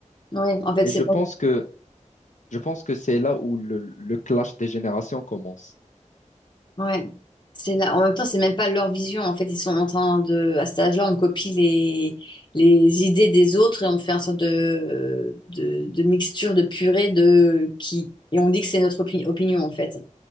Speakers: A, on the left; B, on the left.
A: Ouais en fait
B: Et
A: c'est
B: je pense
A: bon.
B: que je pense que c'est là où le, le clash des générations commence.
A: Ouais. C'est là. En même temps, c'est même pas leur vision. En fait, ils sont en train de. À cet âge-là, on copie les, les idées des autres et on fait un sorte de, de, de mixture, de purée de qui. Et on dit que c'est notre opi- opinion, en fait.